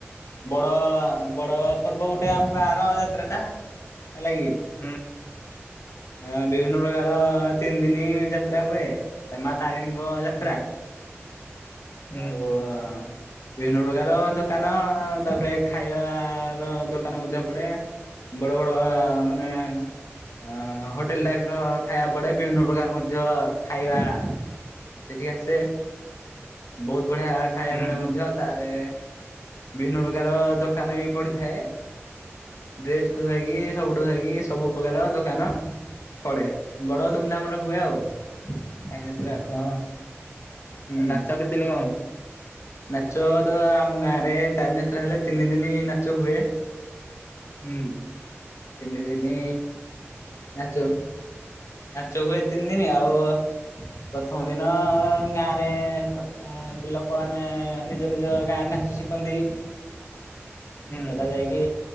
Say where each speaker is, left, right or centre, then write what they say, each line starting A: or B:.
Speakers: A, on the left; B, on the left.
A: ବଡ, ବଡ ପର୍ବ ଗୋଟେ ଆମ ଗାଁର ଯାତ୍ରାଟା। ହେଲାକି।
B: ହୁଁ
A: ହଁ ବିଭିନ୍ନ ପ୍ରକାର ତିନି ଦିନି ଯାତ୍ରା ହୁଏ। ତା ମା ତାରିଣୀଙ୍କ ଯାତ୍ରା।
B: ହୁଁ ହୁଁ
A: ଆଉ ଅଁ ବିଭିନ୍ନ ପ୍ରକାର ଦୋକାନ ତାପରେ ଖାଇବାର ଦୋକାନ ମଧ୍ୟ ପଡେ। ବଡ ବଡ ମାନେ ଅ ହୋଟେଲ ଟାଇପର ଖାଇବା ପଡେ। ବିଭିନ୍ନ ପ୍ରକାର ମଧ୍ୟ ଖାଇବା ସେଠିକି ଆସେ, ବହୁତ ବଢିଆ ଖାଇବା
B: ହୁଁ
A: ମିଳେ ମଧ୍ୟ। ତାରେ ବିଭିନ୍ନ ପ୍ରକାର ଦୋକାନ ବି ପଡିଥାଏ। ଡ୍ରେସଠୁ ଧରିକି ସବୁଠୁ ଧରିକି ସବୁ ପ୍ରକାର ଦୋକାନ। ପଡେ, ବଡ ଧୁମଧାମରେ ହୁଏ ଆଉ। କାଇଁ ଯାତ୍ରା। ଆଉ
B: ହଁ,
A: ହୁଁ।
B: ଏ ନାଚ କେତେଦିନ କଁଅ ହେବ?
A: ନାଚ ତ ଆମ ଗାଁରେ ତାରିଣୀଯାତ୍ରା ହେଲେ ତିନି ଦିନି ନାଚ ହୁଏ।
B: ହୁଁ
A: ତିନିଦିନି ନାଚଉ। ନାଚ ହୁଏ ତିନି ଦିନୀ ଆଉ ପ୍ରଥମ ଦିନ ଗାଁରେ ତ ଅ ପି ଲୋକମାନେ ନିଜ ନିଜ ଗାଁରେ ନାଚ ଶିଖନ୍ତି।
B: ହୁଁ
A: ସେଟା ଯାଇକି